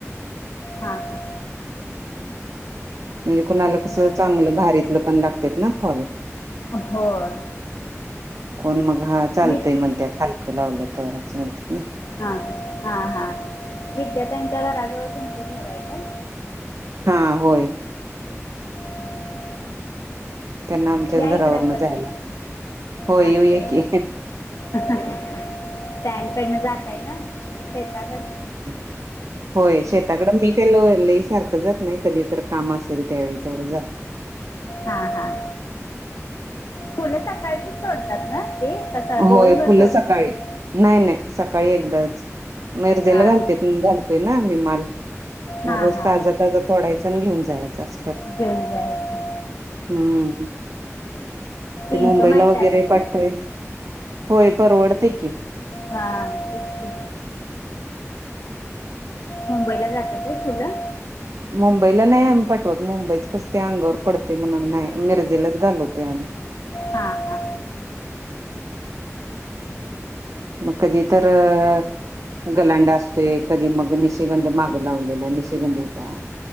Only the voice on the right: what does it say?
म्हणजे कुणाला
कसं चांगलं, भारीतलं पण लागतात ना फॉल
कोण मग हा, चालतय
म्हणत्यात हलकं लावलं तर असं म्हणतात नाई
हा, होय.
त्यांना आमच्याच
घरावरन
जायला होय
येऊया की
ह. <inaudible> होय, शेताकडं मी काही लो लयी सारखं जात नाही. कधी तर काम असेल त्यावेळी तेवढं जातो. <inaudible>
होय, फुलं
सकाळी नाही नाही. सकाळी एकदाच मिरजेला
घालतेत घालतोय ना आम्ही माल. मग
रोज
ताजा, ताजा तोडायचा न घेऊन जायचं अस.
हम्म, ते
मुंबईला
वगैरे
पाठवायच. होय, परवडतय की.
मुंबईला नाही आम्ही पाठवत. मुंबईच कस ते अंगावर पडतय म्हणून नाही. मिरजेलाच घालवतोय आम्ही.
मग कधी तर अं गलांडा असतोय, कधी मग निशिगंध मागं लावलेला निशिगंध होता. <inaudible>